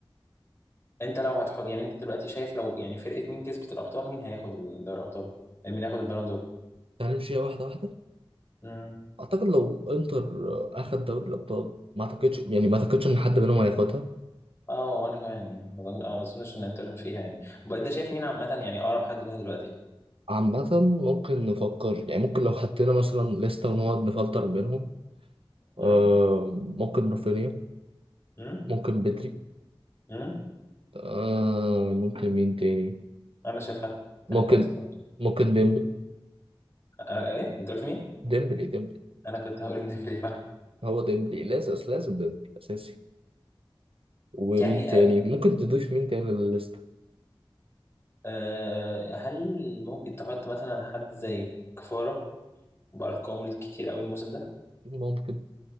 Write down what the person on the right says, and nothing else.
تعال نمشيها واحدة واحدة
اعتقد لو انتر اخد دوري الابطال ما اعتقدش يعني ما اعتقدش ان حد منهم هياخدها
عامة ممكن نفكر يعني ممكن لو حطينا مثلا لستة ونقعد نفلتر منهم آه
ممكن رافينيا
ممكن بدري
آه ممكن مين تاني
ممكن
ممكن ديمبلي
ديمبلي ديمبلي
هو ديمبلي لازم لازم ديمبلي اساسي ومين
تاني
ممكن تضيف مين تاني للستة
ممكن